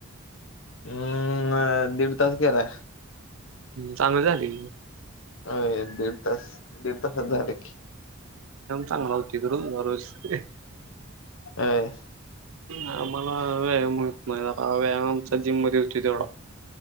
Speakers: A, on the left; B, on the right.
A: हम्म, अ, दीड तास गेला.
B: चांगली झाली
A: होय, दीड तास? दीड तासात झालं की.
B: तांग तीर व <unintelligible>
A: अय
B: आम्हाला व्यायाम होत नाही, आता व्यायाम आमचा जिममध्ये होतोय तेवढा.